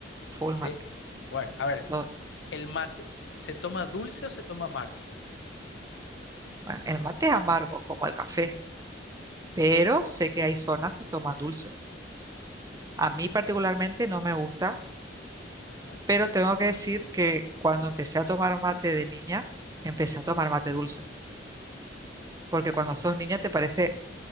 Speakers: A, on the right; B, on the left.
A: full
B: ¿sí?
A: mate.
B: Bueno, a ver.
A: No,
B: el mate, ¿se toma dulce o se toma amargo?
A: bueno, el mate es amargo, como el café, pero sé que hay zonas que toman dulce. A mí particularmente no me gusta,
B: Ajá.
A: pero tengo que decir que cuando empecé a tomar mate de niña, empecé a tomar mate dulce, porque cuando sos niña te parece